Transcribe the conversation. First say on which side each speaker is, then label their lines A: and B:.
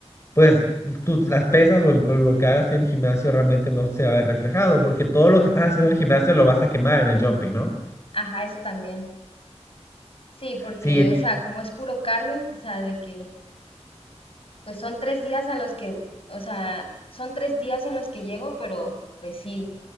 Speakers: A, on the left; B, on the left.
A: pues tú- las pesas o, el- o lo que hagas en el gimnasio realmente no se va a ver reflejado, porque todo lo que
B: Ujú.
A: estás haciendo en el gimnasio lo vas a quemar en el jumping, ¿no?
B: Ajá, eso también. Sí, porque,
A: Sí,
B: o sea, como es puro cardio, o sea, de que, pues son tres días a los que, o sea, son tres días en los que llego, pero pues sí,